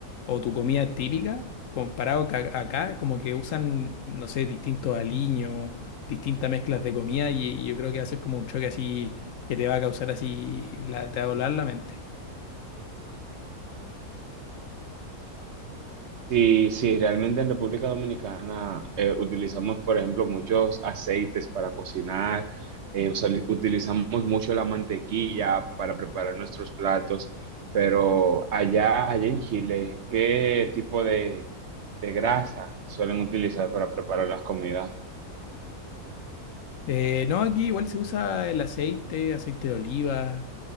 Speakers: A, on the left; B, on the right.
A: o tu comida típica, comparado ca- acá, como que usan, no sé, distintos aliños, distintas mezclas de comida y, y yo creo que va a ser como un choque así que te va a causar así, la, te va a volar la mente.
B: Sí, sí, realmente en República Dominicana eh, utilizamos, por ejemplo, muchos aceites para cocinar, eh, usali- utilizamos mucho la mantequilla para preparar nuestros platos, pero allá, allá en Chile, ¿qué tipo de, de grasa suelen utilizar para preparar las comidas?
A: Eh, no, aquí igual se usa el aceite, aceite de oliva,